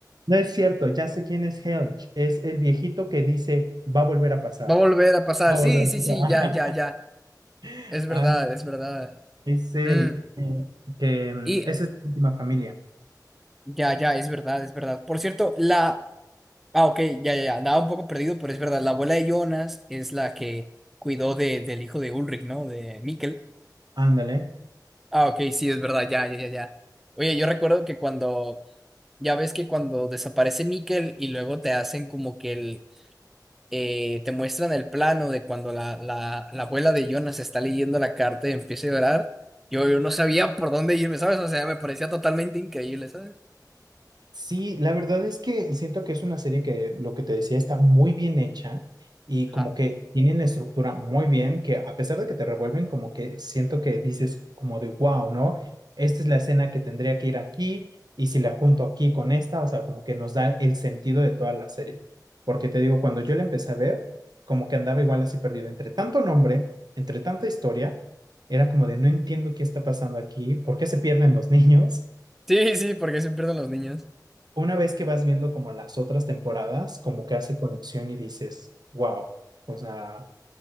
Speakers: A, on the right (about 70°); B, in the centre.
A: no es cierto, ya sé quién es Helge, es el viejito que dice, va a volver a pasar.
B: Va a volver a pasar.
A: Va a
B: Sí,
A: volver a
B: sí, sí, ya, ya,
A: pasar.
B: ya.
A: <laughs>
B: Es verdad,
A: Ajá.
B: es verdad.
A: Es el
B: Mm,
A: eh, que mm,
B: y
A: esa es la última familia.
B: ya, ya, es verdad, es verdad. Por cierto, la... Ah, ok, ya, ya, ya. Andaba un poco perdido, pero es verdad. La abuela de Jonas es la que cuidó de, del hijo de Ulrich, ¿no? De Mikkel.
A: Ándale.
B: Ah, ok, sí, es verdad, ya, ya, ya, ya. Oye, yo recuerdo que cuando, ya ves que cuando desaparece Mikkel y luego te hacen como que el, eh, te muestran el plano de cuando la, la, la abuela de Jonas está leyendo la carta y empieza a llorar, yo, yo no sabía por dónde irme, ¿sabes? O sea, me parecía totalmente increíble, ¿sabes?
A: Sí, la verdad es que siento que es una serie que, lo que te decía, está muy bien hecha y
B: Ajá.
A: como que tienen la estructura muy bien, que a pesar de que te revuelven, como que siento que dices como de, wow, ¿no? Esta es la escena que tendría que ir aquí y si la junto aquí con esta, o sea, como que nos da el sentido de toda la serie. Porque te digo, cuando yo la empecé a ver, como que andaba igual así perdido, entre tanto nombre, entre tanta historia, era como de, no entiendo qué está pasando aquí, ¿por qué se pierden los <laughs> niños?
B: Sí, sí, porque se pierden los niños.
A: una vez que vas viendo como las otras temporadas, como que hace conexión y dices, wow, o sea,